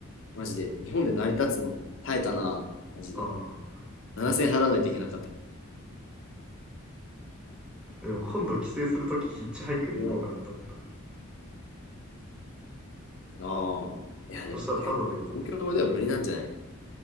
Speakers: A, on the left; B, in the centre.
A: マジで。日本で成り立つの耐えたな。マジで。
B: あ、
A: 7000払わないといけなかった。
B: でも今度帰省する時ヒッチハイクで行こうかなと思った。
A: それはああ。いや、でも、
B: そしたらタダでいける
A: はい東京では無理なんじゃない